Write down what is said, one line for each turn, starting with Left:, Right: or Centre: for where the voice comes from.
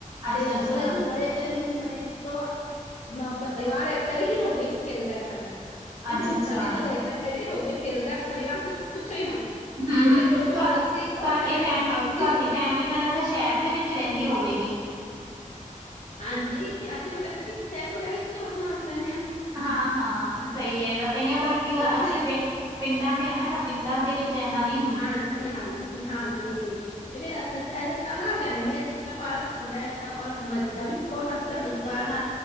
Right: ਅੱਛਾ-ਅੱਛਾ,
Left: ਤੇ ਓਹਦੇ ਚ ਬੜੇ ਵੀ ਮਨੇ ਤੋ ਮ ਪਰਿਵਾਰ ਐਕਸਾਈਟਿਡ ਹੋ ਕੇ ਖੇਲਦਾ ਹੈ ਸਾਡਾ, ਐਨੇ
Right: ਅੱਛਾ-ਅੱਛਾ।
Left: ਮਜ਼ੇ ਨਾਲ ਸਾਈਟੀਡ ਹੋ ਕੇ ਖੇਲਦਾ ਏ ਪਰਿਵਾਰ, ਕੁਛ ਪੁੱਛੋ ਈ ਨਾ
Right: ਹਾਂ-ਹਾਂ,
Left: ਤੇ ਫਿਰ ਉਸ ਤੋਂ
Right: ਤਾ
Left: ਬਾਅਦ ਅਸੀਂ
Right: ਤਾਡੀ
Left: ਔਰ ਫਿਰ
Right: ਫੈਮਲੀ-ਤਾਡੀ
Left: ਹਾਊਸ ਹੀ ਹੁੰਦੀ
Right: ਫੈਮਿਲੀ ਮੈਨ ਲਗਦੈ ਸ਼ੈਰ ਦੇ ਵਿੱਚ ਰੈਂਦੀ ਹੋਵੇਗੀ
Left: ਹਾਂਜੀ, ਅਸੀ ਲੋਕ ਐਥੇ ਸ਼ੈਰ ਵਗੈਰਾ ਚ <unintelligible> ਆਪਨਾ ਰੈਨੇ ਆਂ
Right: ਹਾਂ-ਹਾਂ, ਸਈ ਹੈਗਾ। ਤਾਂਈਓ ਵਰਕਿੰਗ
Left: ਤੇ
Right: ਅਸੀਂ
Left: ਫਿਰ
Right: ਪਿੰ ਪਿੰਡਾਂ ਦੇ ਐ ਨਾ ਗੇ ਪਿੰਡਾਂ ਦੇ ਵਿੱਚ ਐਨਾ ਨਹੀਂ ਐ
Left: ਹਾਂਜੀ-ਹਾਂਜੀ-ਹਾਂਜੀ ਤੇ ਫਿਰ ਐਹਦੇ ਨਾਲ ਨਾ ਟਾਈਮ ਵੀ ਅੱਛਾ ਪਾਸ ਹੋਂਦਾ ਐ ਔਰ ਮਜਾ ਵੀ ਬੋਤ ਆਂਦਾ ਐ ਪਰਿਵਾਰ ਨਾਲ